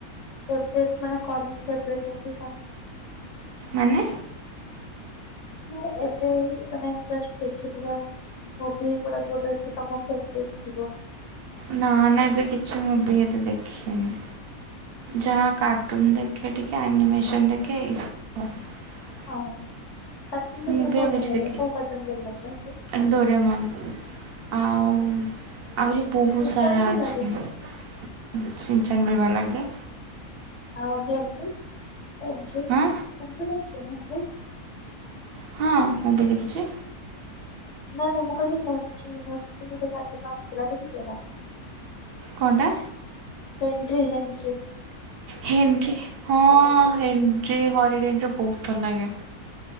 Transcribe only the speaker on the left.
<unintelligible>
ମୁଁ ଏବେ ମାନେ ଜଷ୍ଟ୍ ଦେଖିଥିବା ମୁଁଭି ଗୋଡା ଯୋଉଟାକି ତମ <unintelligible> ଥିଲା।
ହଁ। କାର୍ଟୁନ୍ ଭିତରେ
କୋଉ
ଟା ଭଲ
ଲାଗେ? କଉ କାର୍ଟୁନ୍ ଭଲଲାଗେ? <unintelligible>
ସିନଚାନ
ଭଲ
ଲାଗେନି
ଅଁ ଆଉ <unintelligible> ଥ୍ରି ଆଣ୍ଡ୍ରଏଡ
ନାଇଁ ନାଇଁ ମୁଁ କହିଲି <unintelligible> ଗୋଟେ କାଟୁନୁଟେ ଆସଥିଲା ଦେଖିଚନା?
ହେଣ୍ଟ୍ରି ହାଣ୍ଡ୍ରି